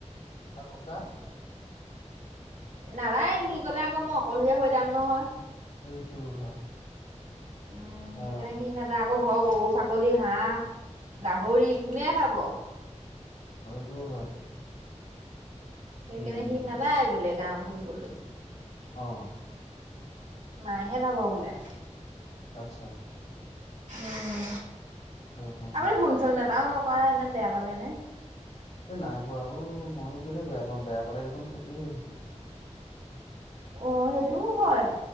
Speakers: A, on the left; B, on the right.
A: অ', ককা?
B: নাদাই, সি গ'লে আকৌ মই অকলশৰিয়া হৈ যাম নহয়।
A: এইটোও হয়।
B: উম',
A: অ
B: সেইকানে সি নাযায় আকৌ ঘৰ, গৰু, ছাগলী, হাঁহ গাহৰি, কোনে চাব?
A: টোও হয়।
B: সেইকাণে
A: উম
B: সি নাদায় বোলে গাও ফুৰিবলৈ।
A: অ'।
B: মাইহে যাব বোলে।
A: আচ্ছা।
B: উম'।
A: হ হ
B: আপুনি
A: হ
B: ফোন
A: হ
B: চোন এতাও নক আও ইমান বেয়া পালে নে।
A: এ নাই পোৱা অ', মইনো কেলে বেয়া পাম, বেয়া পালে দেখোন সেকেই হৈ থাকিম।
B: অ', সেইটোও হয়।